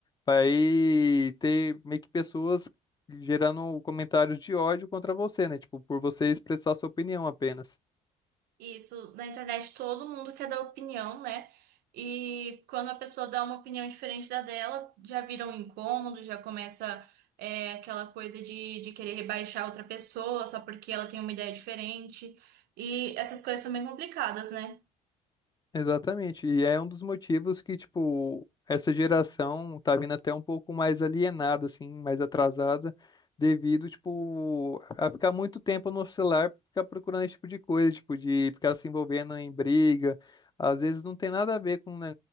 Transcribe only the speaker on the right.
Isso, na internet todo mundo quer dar opinião, né? E quando a pessoa dá uma opinião diferente da dela, já vira um incômodo, já começa é, aquela coisa de, de querer rebaixar outra pessoa só porque ela tem uma ideia diferente. E essas coisas são bem complicadas, né?